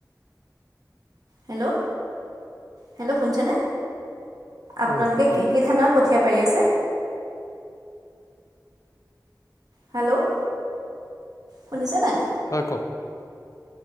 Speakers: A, on the right (about 60°); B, on the left (about 45°).
A: হেল্ল' হেল্ল' শুনিছেনে আপোনালোকে
B: অঁ কওকচোন
A: কি কি ধানৰ। কঠীয়া পাৰি আছে। হেল্ল' শুনিছে নাই।
B: হয় ক।